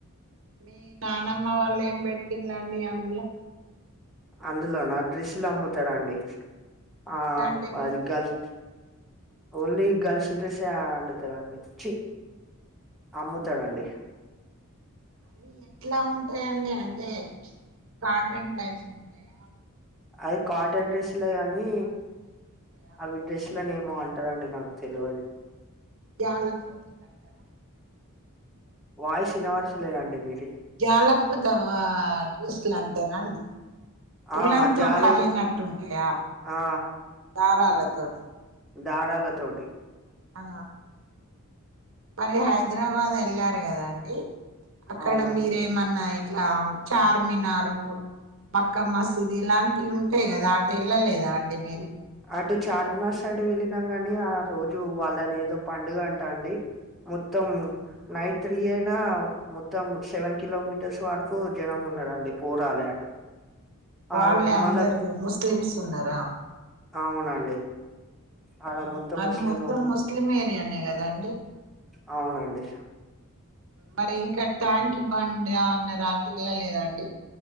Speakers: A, on the right; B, in the centre.
A: మీ నానమ్మ వాళ్ళు ఏం బెట్టిలండి అందులా.
B: అందులోనా డ్రెస్సులు అమ్ముతరండి ఆ
A: ఎలాంటి డ్రెస్లు
B: అది గల్స్
A: అండి
B: ఓన్లీ గర్ల్స్ డ్రెస్సే అండుతదండి. చీ అమ్ముతరండి.
A: అవి ఎట్లా ఉంటాయండి అంటే కాటన్ టైప్స్ ఉంటయా.
B: అవి కాటన్ డ్రెస్సులే కని
A: దారం టైప్ ఉంటాయా
B: అవి డ్రెస్సులని ఏమో అం అంటరు అండి నాకు తెలవది.
A: గ్యాలకు పోతుంది అంటరా
B: వాయిస్ ఇనవరసలేదండి మీది
A: గ్యాల పోతా డ్రెస్లు అంటరా అండి. ఉలెన్
B: ఆ
A: తోటి
B: జాలలు
A: అల్లినట్టుంటయా
B: ఆ
A: దారాలతోటి.
B: దారాల తోటి.
A: ఆ మరి హైదరాబాద్ ఎళ్ళారు కదా అండి. అక్కడ
B: అవును
A: మీరేమన్నా ఇట్లా చార్మినారు మక్క మసీదు ఇలాంటియి ఉంటయి గాదా అటెల్లలేదా అండి మీరు.
B: అటు చార్మినార్ సైడ్ వెళ్ళినాం కానీ ఆ రోజు వాళ్ళ ఏదో పండుగ అంటా అండి. మొత్తం నైట్ తిరిగినా మొత్తం సెవెన్ కిలోమటర్స్ వరకు జనం ఉన్నరండి పోరాలే అటు.
A: వాళ్ళే
B: ఆ మళ్ళా
A: అందరు ముస్లిమ్స్ ఉన్నరా?
B: అవునండి ఆడ
A: ఆ
B: మొత్తం
A: అది
B: ముస్లిం
A: మొత్తం ముస్లిం ఏరియానే కదా అండి.
B: అవునండి.
A: మరి ఇంకా ట్యాంకీ ఇ బండ్ అన్నరా అటు వెళ్ళలేదా అండి.